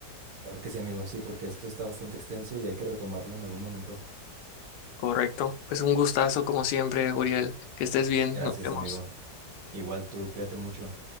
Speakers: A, on the right; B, on the left.
A: Claro que sí, amigo, sí, porque esto está bastante extenso y hay que retomarlo en algún momento.
B: Correcto. Pues un gustazo como siempre, Uriel. Que estés bien.
A: Gracias,
B: Nos vemos.
A: amigo. Igual tú, cuídate mucho.